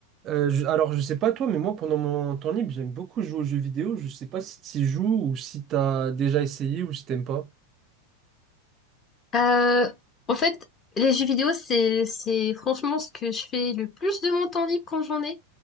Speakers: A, on the right; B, on the left.
A: Euh, je- alors, je sais pas toi, mais moi, pendant mon temps libre, j'aime beaucoup jouer aux jeux vidéo. Je sais pas si tu joues ou si t'as déjà essayé ou si t'aimes pas. <laughs>
B: Euh, en fait, les jeux vidéo, c'est, c'est franchement ce que je fais le plus de mon temps libre quand j'en ai.